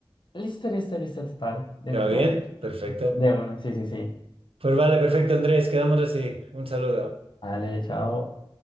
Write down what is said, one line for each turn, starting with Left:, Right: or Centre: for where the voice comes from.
Left: Listo, listo, listo, total. De
Right: ¿Te
Left: una.
Right: va bien? Perfecto.
Left: De una, sí, sí, sí.
Right: Pues vale, perfecto, Andrés, quedamos así. Un saludo.
Left: Dale, chao.